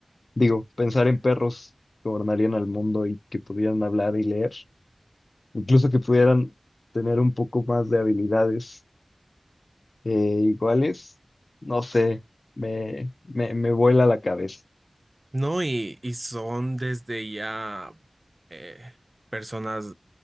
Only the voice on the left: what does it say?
Digo, pensar en perros que gobernarían al mundo y que pudieran hablar y leer, incluso que pudieran tener un poco más de habilidades eh, iguales, no sé, me, me, me vuela la cabeza.